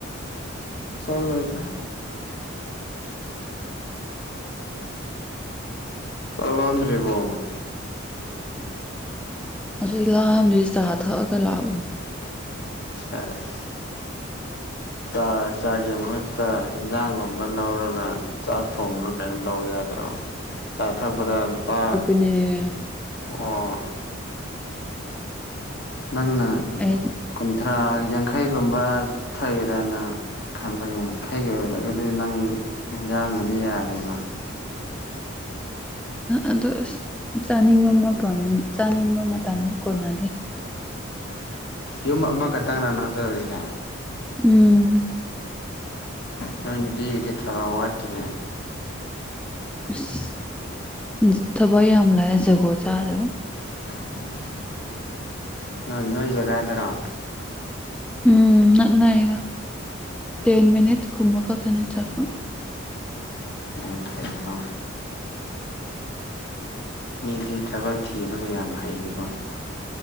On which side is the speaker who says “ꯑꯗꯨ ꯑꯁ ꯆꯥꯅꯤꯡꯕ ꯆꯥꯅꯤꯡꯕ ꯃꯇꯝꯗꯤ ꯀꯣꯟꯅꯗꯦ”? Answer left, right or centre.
Centre